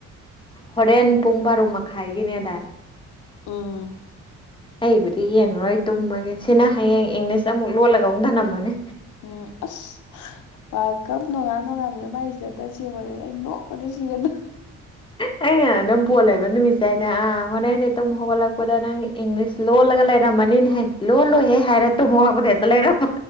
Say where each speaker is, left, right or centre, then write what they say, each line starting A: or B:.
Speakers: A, on the left; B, on the left.
A: ꯍꯣꯔꯦꯟ ꯄꯨꯡ ꯕꯥꯔꯣ ꯃꯈꯥꯏꯒꯤꯅꯦꯗꯥꯏ
B: ꯎꯝ
A: ꯑꯩꯕꯨꯗꯤ ꯌꯦꯡꯉꯔꯣꯏ ꯇꯨꯝꯃꯒꯦ ꯁꯤꯅ ꯍꯌꯦꯡ ꯏꯪꯂꯤꯁ ꯑꯃꯨꯛ ꯂꯣꯜꯂꯒ ꯑꯃꯨꯛ ꯊꯅꯝꯃꯅꯤ
B: ꯎꯝ ꯑꯁ ꯋꯥꯔꯜ ꯀꯞ ꯅꯣꯡꯉꯥꯟ ꯅꯣꯡꯉꯥꯟꯕꯁꯦ ꯃꯥꯏ ꯁꯤꯇꯦꯇꯁ ꯌꯦꯡꯕꯗ ꯑꯩ ꯅꯣꯛ ꯑꯣꯁꯨ ꯁꯤꯒꯗ
A: ꯑꯩꯅ ꯑꯗꯨꯝ ꯕꯣꯜ ꯂꯩꯕ ꯅꯨꯃꯤꯠꯁꯦ ꯍꯥꯏꯗ ꯑꯥ ꯍꯣꯔꯦꯟꯅꯦ ꯇꯨꯝ ꯍꯧꯒꯠꯂꯛꯄꯗ ꯅꯪ ꯏꯪꯂꯤꯁ ꯂꯣꯜꯂꯒ ꯂꯩꯔꯝꯃꯅꯤꯅꯦ ꯍꯥꯏ ꯂꯣꯏ ꯂꯣꯏꯍꯦ ꯍꯥꯏꯔ ꯇꯨꯃꯣ ꯑꯩꯕ ꯍꯦꯛꯇ ꯂꯩꯔꯝꯃꯣ